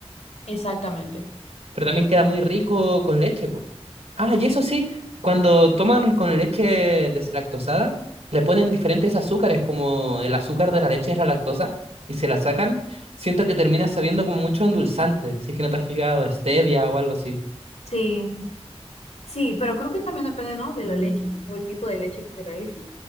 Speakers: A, on the left; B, on the right.
A: Exactamente.
B: pero también queda muy rico con leche, pues. Ah, y eso sí, cuando toman con leche deslactosada, le ponen diferentes azúcares, como el azúcar de la leche es la lactosa, y se la sacan, siento que termina sabiendo como mucho endulzante, si es que no te has fijado, stevia o algo así.
A: Sí, sí, pero creo que también depende, ¿no? De la leche o el tipo de leche que se realice.